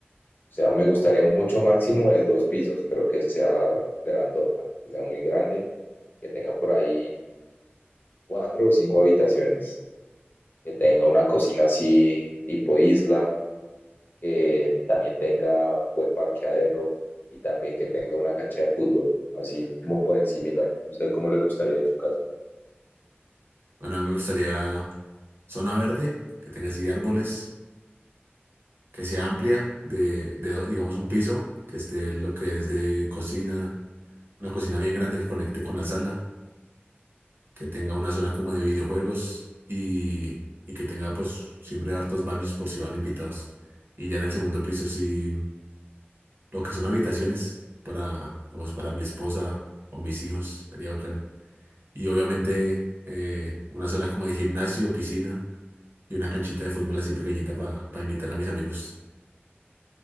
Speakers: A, on the left; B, on the right.
A: o sea, me gustaría mucho máximo de dos pisos, pero que sea grandota, que sea muy grande, que tenga por ahí cuatro o cinco habitaciones, que tenga una cocina así tipo isla, que también tenga buen parqueadero y también que tenga una cancha de fútbol, así como por encimita. ¿Usted cómo le gustaría su casa?
B: Bueno, a mí me gustaría zona verde, que tenga así árboles, que sea amplia, de, de do- digamos un piso, que esté lo que es de cocina, una cocina bien grande que conecte con la sala que tenga una zona como de videojuegos y, y que tenga pues siempre hartos baños por si van invitados. Y ya en el segundo piso sí, lo que son habitaciones para, digamos, para mi esposa o mis hijos, sería bacano. Y obviamente eh, una zona como de gimnasio, piscina y una canchita de fútbol así pequeñita para invitar a mis amigos.